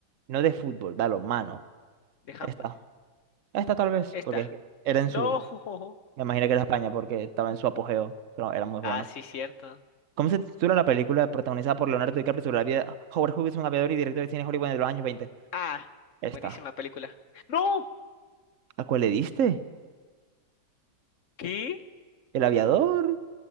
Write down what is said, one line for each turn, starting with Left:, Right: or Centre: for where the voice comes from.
Right: no de fútbol, balonmano.
Left: De handball.
Right: Esta. Esta tal vez,
Left: Esta.
Right: porque es que era en
Left: No.
Right: su...
Left: <laughs>
Right: Me imagino que era España, porque estaba en su apogeo, pero era muy bueno.
Left: Ah, sí, cierto.
Right: ¿Cómo se titula la película protagonizada por Leonardo DiCaprio sobre la vida de Howard Hughes, un aviador y director de cine Hollywood de los años 20?
Left: Ah,
Right: Esta.
Left: buenísima película. ¡No!
Right: ¿A cuál le diste?
Left: ¿Qué?
Right: ¿El aviador?